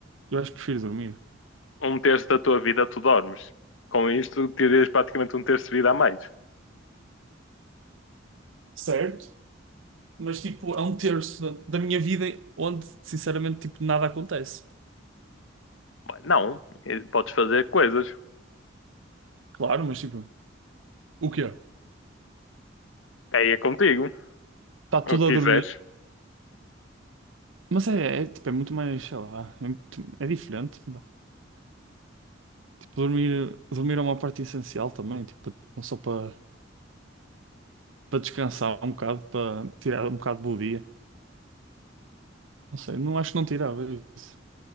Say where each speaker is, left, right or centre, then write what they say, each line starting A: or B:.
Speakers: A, on the right; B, on the left.
A: eu acho que prefiro dormir.
B: um terço da tua vida tu dormes. Com isto, terias praticamente um terço de vida a mais.
A: Certo, mas tipo, é um terço da, da minha vida onde, sinceramente, tipo, nada acontece.
B: Bem, Não, eh, podes fazer coisas.
A: Claro, mas tipo, o quê?
B: Aí é contigo,
A: Está
B: o
A: tudo
B: que
A: a dormir.
B: quiseres.
A: Mas é, é, tipo, é muito mais, sei lá, é, muito- é diferente. Dormir, dormir é uma parte essencial também, tipo, não só para para descansar um bocado, para tirar um bocado do dia. Não sei, não acho que não tirava isso.